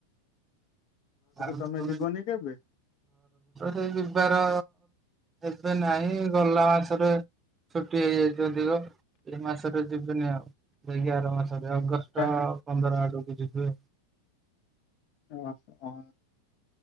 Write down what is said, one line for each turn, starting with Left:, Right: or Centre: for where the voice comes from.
Right: ଘରକୁ
Left: ତମେ
Right: ତ
Left: ଯିବନି କେବେ?
Right: ସେଇ ଯିବାର ଏବେ ନାଇଁ ଗଲା ମାସରେ ଛୁଟି ହେଇଯାଇଚି ଅଧିକ, ଏଇ ମାସରେ ଯିବିନି ଆଉ ଯାଇକି ଆର ମାସରେ ଅଗଷ୍ଟ
Left: ଆ
Right: ପନ୍ଦର ଆଡକୁ ଜିିବି।
Left: ଓ ହଁ।